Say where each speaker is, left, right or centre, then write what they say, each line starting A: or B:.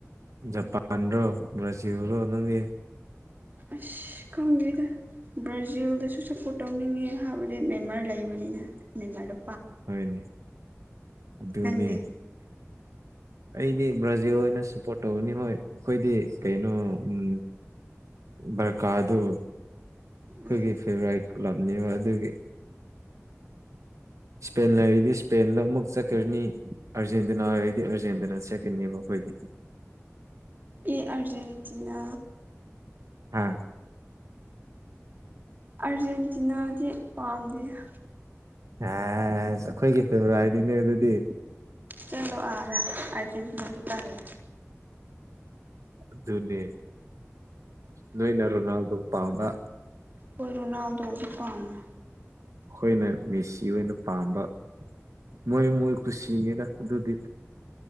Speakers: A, on the right; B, on the right.
A: ꯖꯄꯥꯥꯟꯔꯣ ꯕ꯭ꯔꯖꯤꯜꯂꯣ ꯅꯪꯗꯤ
B: ꯑꯁ ꯈꯪꯗꯦꯗ ꯕ꯭ꯔꯥꯖꯤꯜꯗꯁꯨ ꯁꯞꯄꯣꯔꯠ ꯇꯧꯅꯤꯡꯉꯤ ꯍꯥꯏꯕꯗꯤ ꯅꯦꯃꯥꯔ ꯂꯩꯕꯅꯤꯅ ꯅꯦꯃꯥꯔꯗ
A: ꯍꯣꯏꯅꯦ ꯑꯗꯨꯅꯦ
B: ꯅꯪꯗꯤ
A: ꯑꯩꯗꯤ ꯕ꯭ꯔꯥꯖꯤꯜ ꯑꯣꯏꯅ ꯁꯞꯄꯣꯔꯠ ꯇꯧꯒꯅꯤ ꯍꯣꯏ ꯑꯈꯣꯏꯗꯤ
B: ꯍꯣꯏ
A: ꯀꯩꯅꯣ ꯎꯝ ꯕ꯭ꯔꯀꯥꯗꯨ ꯑꯈꯣꯏꯒꯤ
B: ꯎꯝ
A: ꯐꯦꯚ꯭ꯔꯥꯏꯠ ꯂꯝꯅꯦꯕ ꯑꯗꯨꯒꯤ ꯁ꯭ꯄꯦꯟ ꯂꯩꯔꯗꯤ ꯁ꯭ꯄꯦꯟꯗ ꯑꯃꯨꯛ ꯆꯠꯈ꯭ꯔꯅꯤ ꯑꯥꯔꯖꯦꯟꯇꯤꯅ ꯑꯣꯏꯔꯗꯤ ꯑꯥꯔꯖꯦꯟꯇꯤꯅ ꯆꯠꯀꯅꯤꯕ ꯑꯈꯣꯏ <inaudible>
B: ꯑꯦ ꯑ꯭ꯔꯖꯦꯟꯇꯤꯅꯥ
A: ꯍꯥꯥ
B: ꯑ꯭ꯔꯖꯦꯟꯇꯤꯅꯥꯗꯤ ꯄꯥꯝꯗꯤꯗ
A: ꯍꯥꯁ ꯑꯩꯈꯣꯏꯒꯤ ꯐꯦꯕꯣꯔꯥꯏꯠꯅꯤꯅꯦ ꯑꯗꯨꯗꯤ
B: ꯆꯠꯂꯣ ꯑꯥꯗ ꯑ꯭ꯔꯖꯦꯟꯇꯤꯅꯥ ꯀꯥꯔ
A: ꯑꯗꯨꯅꯦ ꯅꯣꯏꯅ ꯔꯣꯅꯥꯜꯗꯣ ꯄꯥꯝꯕ
B: ꯍꯣꯏ ꯔꯣꯅꯥꯜꯗꯣ ꯁꯨ ꯄꯥꯝꯃꯦ
A: ꯑꯩꯈꯣꯏꯅ ꯃꯦꯁꯤ ꯑꯣꯏꯅ ꯄꯥꯝꯕ ꯃꯣꯏ ꯃꯣꯏ ꯀꯨꯁꯤꯅꯤꯗ ꯑꯗꯨꯗꯤ